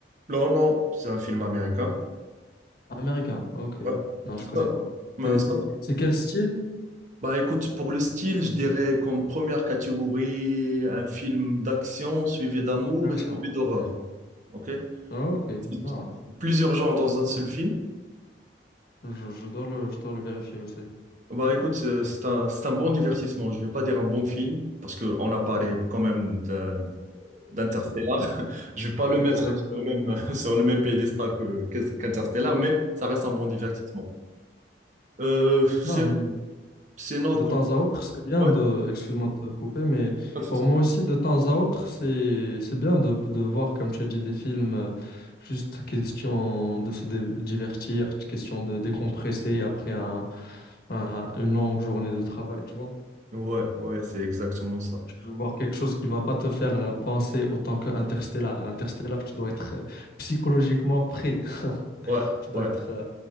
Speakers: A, on the right (about 45°); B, on the left (about 60°).
A: Non, non, c'est un film américain.
B: américain? Ok.
A: Ouais.
B: Non, je connais
A: Ça-
B: pas.
A: euh,
B: C'est
A: ça-
B: c'est- c'est quel style
A: Bah écoute, pour le style, je dirais comme première catégorie, un film d'action suivi d'amour
B: d'action?
A: et suivi d'horreur.
B: Ok.
A: Ok?
B: Ah, Ok.
A: C'est
B: Ah,
A: Plusieurs genres dans un seul film.
B: je, je dois le, je dois le vérifier aussi.
A: Bah écoute, c'est c'est un, c'est un bon divertissement. Je vais pas dire un bon film, parce qu'on a parlé quand même d'un- d'Interstellar. <laughs> Je vais pas le mettre
B: Exactement.
A: sur le même, <laughs> sur le même piédestal que, que- qu'Interstellar, mais ça reste un bon divertissement.
B: Exact.
A: Euh,
B: Non,
A: c'est-
B: mais
A: sinon,
B: De
A: comme-
B: temps à autre, c'est bien
A: ouais,
B: de, excuse-moi de te couper, mais
A: pas de souci.
B: pour moi aussi, de temps à autre, c'est c'est bien de, de voir, comme tu as dit, des films, euh, juste question de se dé- divertir, question de décompresser après un, un- une longue journée de travail, tu vois.
A: Ouais, ouais, c'est exactement ça.
B: Tu peux voir quelque chose qui va pas te faire euh, penser autant que Interstellar. Interstellar, tu dois être euh, psychologiquement prêt. <laughs>
A: Ouais,
B: Tu dois
A: ouais.
B: être... euh,